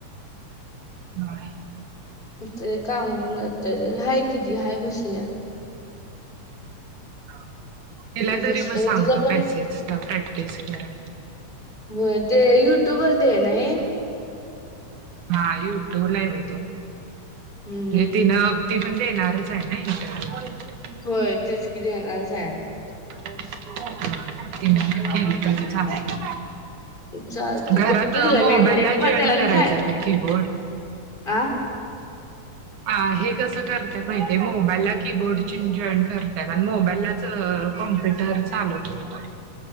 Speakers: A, on the right (about 75°); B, on the left (about 15°).
A: नवरा.
B: ते कामाला जातोय ग. हाय कि ती हाय बसल्या.
A: तिला तरी
B: बसल्या
A: मग सांगतो.
B: तिला पण
A: पॅसेज चा प्रॅक्टिस करा.
B: होय. ते युट्यूब वरती आहे ना ही.
A: हा. युट्युब लाईव्ह आहे तो.
B: हम्म
A: ते
B: हम्म
A: तिन
B: हम्म.
A: ती पण देणारच आहे नाही इंटरव्ह्यू.
B: होय. तेच कि देणारच आहे.
A: हा तेनि पण केलीतर चालतय.
B: चालतंय
A: घरात
B: बघतो तिला
A: मोबाईलला
B: मी म्हणजे मी
A: जॉईन
B: त्याला आणि
A: करायचं
B: सांग
A: ते कीबोर्ड.
B: आ.
A: हां हे कसं करतात माहितीय. मोबाईलला कीबोर्ड चीन जॉईन करतात. आणि मोबाईललाच त कॉम्प्युटर चालू होते बघ.